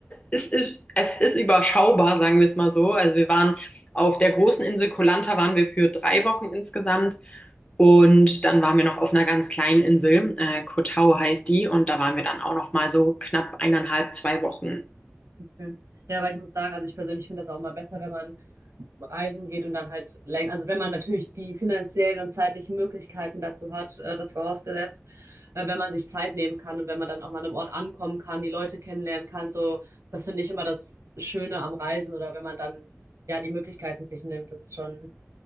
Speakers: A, on the left (about 30°); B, on the right (about 85°).
A: es ist, es ist überschaubar, sagen wir es mal so. Also wir waren auf der großen Insel Koh Lanta waren wir für drei Wochen insgesamt. Und dann waren wir noch auf einer ganz kleinen Insel, äh, Koh Tao heißt die, und da waren wir dann auch noch mal so knapp eineinhalb, zwei Wochen.
B: Schön. Ja, weil ich muss sagen, also ich persönlich finde das auch mal besser, wenn man reisen geht und dann halt länger, also wenn man natürlich die finanziellen und zeitlichen Möglichkeiten dazu hat, äh, das vorausgesetzt, äh, wenn man sich Zeit nehmen kann und wenn man dann auch mal an einem Ort ankommen kann, die Leute kennenlernen kann, so, das finde ich immer das Schöne am Reisen oder wenn man dann ja die Möglichkeiten sich nimmt, das ist schon,